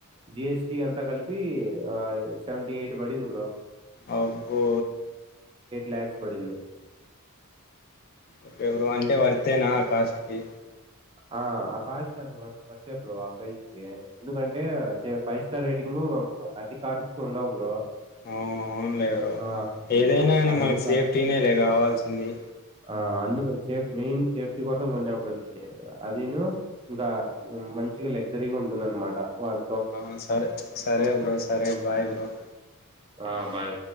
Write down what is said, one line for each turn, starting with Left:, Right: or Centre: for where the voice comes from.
Right: జిఎస్టి అంతా కలిపి ఆ సెవెంటీ ఎయిట్ పడింది బ్రో
Left: అబూ
Right: లాక్స్ పడింది
Left: ఓకే బ్రో అంటే వర్తేనా కాస్ట్ కి
Right: ఆ ఆ కార్స్ కి అంత వస్తా బ్రో ఆ ప్రైస్ి ఎందుకంటే ఫైవ్ స్టార్ రేటింగ్ అన్ని కార్స్ కి ఉండవు బ్రో
Left: ఆ అవునులేవు్ర
Right: ఆ!
Left: ఏదైనా కానీ
Right: అందుక
Left: మనకి సేఫ్టీనే లే కావాల్సింది
Right: ఆ అందుకు సేఫ్ మెయిన్ సేఫ్టీ కోసం కొనేప్పుడు అదిను ఇంకా మంచిగా లగ్జరీగా ఉంటుంది అనమాట వాళ్ళ
Left: ఆ సరే సరే బ్రో సరే బాయ్ బ్రో
Right: ఆ బాయ్